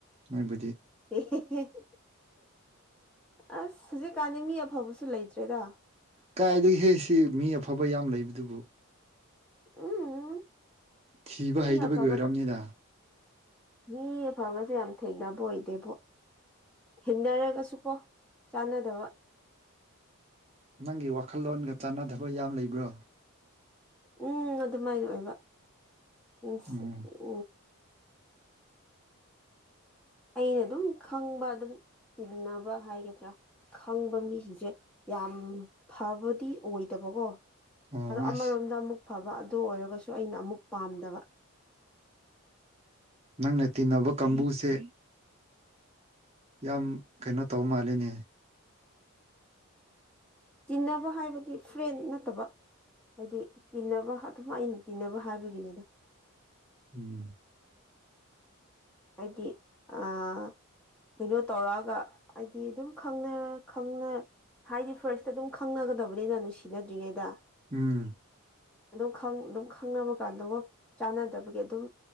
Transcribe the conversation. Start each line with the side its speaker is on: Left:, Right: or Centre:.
Right: ꯅꯣꯏꯕꯨꯗꯤ
Centre: <unintelligible> ꯑꯁ ꯍꯧꯖꯤꯛ ꯀꯥꯟꯅꯤ ꯃꯤ ꯑꯐꯕꯁꯨ ꯂꯩ ꯇꯦꯗ
Right: ꯀꯥꯏꯗꯒꯤ ꯍꯦꯛ ꯁꯤ ꯃꯤ ꯑꯐꯕ ꯌꯥꯝ ꯂꯩꯕꯗꯨꯕꯨ
Centre: ꯎꯝ
Right: ꯊꯤꯕ
Centre: ꯃꯤ
Right: ꯍꯩꯇꯕꯒꯤ
Centre: ꯑꯐꯕ
Right: ꯑꯣꯏꯔꯝꯅꯤꯗ
Centre: ꯃꯤ ꯑꯐꯕꯁꯦ ꯌꯥꯝ ꯊꯦꯡꯅꯕ ꯑꯣꯏꯗꯦꯕꯣ ꯍꯤꯡꯅꯔꯒꯁꯨ ꯀꯣ ꯆꯥꯟꯅꯗꯕ
Right: ꯅꯪꯒꯤ ꯋꯥꯈꯜꯂꯣꯟꯒ ꯆꯥꯟꯅꯗꯕ ꯌꯥꯝ ꯂꯩꯕ꯭ꯔꯣ
Centre: ꯎꯝ ꯑꯗꯨꯃꯥꯏꯅ ꯑꯣꯏꯕ <unintelligible>
Right: ꯑꯣ
Centre: ꯎꯝ ꯑꯩꯅ ꯑꯗꯨꯝ ꯈꯪꯕ ꯑꯗꯨꯝ ꯇꯤꯟꯅꯕ ꯍꯥꯏꯒꯗ꯭ꯔꯥ ꯈꯪꯕ ꯃꯤꯁꯤꯡꯁꯦ ꯌꯥꯝ ꯐꯕꯗꯤ ꯑꯣꯏꯗꯕꯀꯣ
Right: ꯑꯣ
Centre: ꯑꯗꯣ ꯑꯃꯔꯣꯝꯗ
Right: ꯑꯁ
Centre: ꯑꯃꯨꯛ ꯐꯕ ꯑꯗꯨ ꯑꯣꯏꯔꯒꯁꯨ ꯑꯩꯅ ꯑꯃꯨꯛ ꯄꯥꯝꯗꯕ
Right: ꯅꯪꯅ ꯇꯤꯟꯅꯕ ꯀꯥꯡꯕꯨꯁꯦ ꯌꯥꯝ ꯀꯩꯅꯣ ꯇꯧ ꯃꯥꯜꯂꯦꯅꯦ
Centre: ꯇꯤꯟꯅꯕ ꯍꯥꯏꯕꯗꯤ ꯐ꯭ꯔꯦꯟ ꯅꯠꯇꯕ ꯍꯥꯏꯗꯤ ꯇꯤꯟꯅꯕ ꯑꯗꯨꯝ ꯑꯩꯅ ꯇꯤꯟꯅꯕ ꯍꯥꯏꯕꯒꯤꯅꯦꯗ
Right: ꯎꯝ
Centre: ꯍꯥꯏꯗꯤ ꯑꯥ ꯑꯗꯨ ꯇꯧꯔꯛꯑꯒ ꯍꯥꯏꯗꯤ ꯑꯗꯨꯝ ꯈꯪꯅ ꯈꯪꯉ ꯍꯥꯏꯗꯤ ꯐꯥꯔꯁꯇ ꯑꯗꯨꯝ ꯈꯪꯅꯒꯗꯕꯅꯤꯅ ꯅꯨꯡꯁꯤꯅꯗ꯭ꯔꯤꯉꯩꯗ
Right: ꯎꯝ
Centre: ꯑꯗꯨꯝ ꯈꯪ ꯑꯗꯨꯝ ꯈꯪꯅꯕ ꯀꯥꯟꯗꯒꯣ ꯆꯥꯟꯅꯗꯕꯒꯤ ꯑꯗꯨꯝ